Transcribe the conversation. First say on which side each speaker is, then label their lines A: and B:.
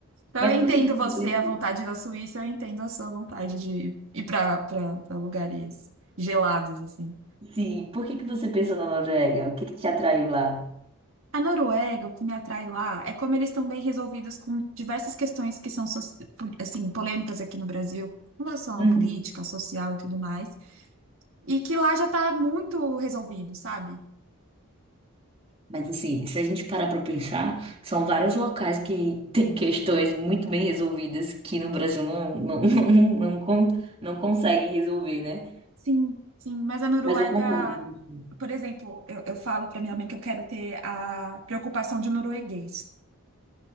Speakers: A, on the right; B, on the right.
A: Então
B: Mas
A: eu entendo
B: por que que
A: você,
B: você pensou?
A: a vontade da Suíça, eu entendo a sua vontade de ir para lugares gelados, assim.
B: Sim, por que que você pensou na Noruega? O que que te atraiu lá?
A: A Noruega, o que me atrai lá é como eles estão bem resolvidos com diversas questões que são, soci- po- assim, polêmicas aqui no Brasil, com relação
B: Uhum.
A: à política, social e tudo mais, e que lá já está muito resolvido, sabe?
B: Mas assim, se a gente parar pra pensar, são vários locais que <laughs> têm questões muito bem resolvidas que no Brasil não, não, <laughs> não, não, con- não conseguem resolver, né?
A: Sim, sim, mas a Noruega,
B: Mas eu concordo com você.
A: por exemplo, eu, eu falo para minha mãe que eu quero ter a preocupação de um norueguês.